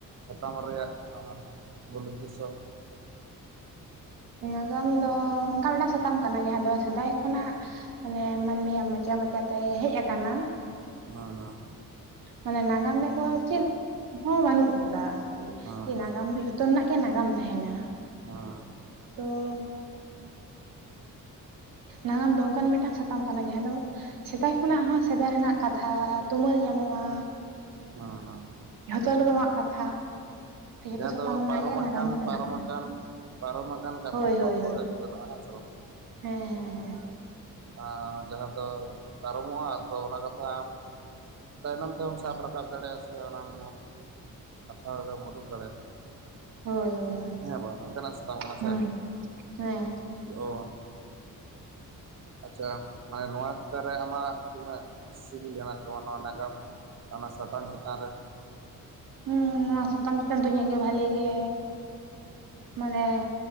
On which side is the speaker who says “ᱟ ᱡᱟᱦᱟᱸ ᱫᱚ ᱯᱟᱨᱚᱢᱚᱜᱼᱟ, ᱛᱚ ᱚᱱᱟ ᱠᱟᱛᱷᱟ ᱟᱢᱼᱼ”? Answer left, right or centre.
Right